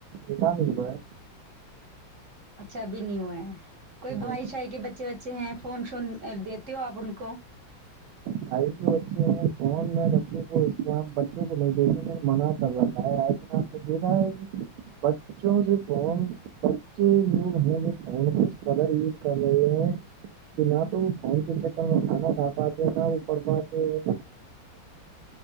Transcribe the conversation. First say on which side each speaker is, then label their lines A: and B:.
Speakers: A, on the right; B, on the right.
A: بتا نہیں ہوا ہے
B: اچھا ابھی نہیں ہوا ہے
A: ہے
B: کوئی
A: نہیں،
B: بھائی شائی کے بچے وچے ہیں فون شون دیتے ہو آپ ان کو
A: بھائی کے بچے ہیں فون میں بچوں کو اسے بچوں کو نہیں دتے ہیں منع کر رکھا ہے آج آپ نے دیکھا ہے کہ بچوں سے فون بچے لوگ ہیں وہ فونس کلر یوز کر رہے ہیں کہ نہ تو وہ فون کے چکر میں کھانا کھ پاتے ہیں نہ وہ پڑھ پاتے ہیں